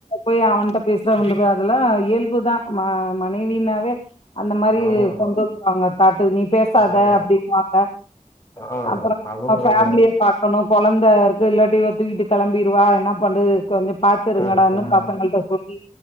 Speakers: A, on the left; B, on the left.
A: போய் அவன்ட்ட பேசுறா இவன்ட்ட அதெல்லா இயல்புதா ம மனைவினாவே அந்த மாரி
B: ஆமா
A: கொண்டு வந்துருவாங்க பாத்ததுமே பேசாத
B: அப்றோ
A: அப்டின் வாங்க
B: ஆ
A: அப்பறோ
B: அதுவு
A: நம்ம
B: வரு
A: ஃபேமிலிய பாக் பாக்கணு கொழந்த இருக்கு இல்லாட்டி இவ தூக்கிட்டு கெளம்பிருவா என்ன பண்றது கொஞ்சோ பாத் இருங்கடான்னு
B: ஆ சும்
A: பசங்கள்ட்ட சொல்லி